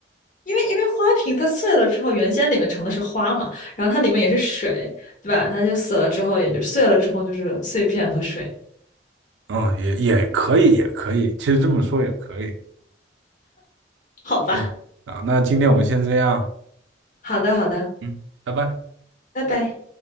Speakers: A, on the left; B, on the right.
A: 因为因为花瓶它碎了之后，原先里面盛的是花嘛，然后它里面也是水，对吧？它就死了之后，也就碎了之后就是碎片和水。
B: 嗯，也也可以，也可以，其实这么说也可以。
A: 好吧，
B: 嗯，啊，那今天我们先这样，
A: 好的，好的，
B: 嗯，拜拜。
A: 拜拜。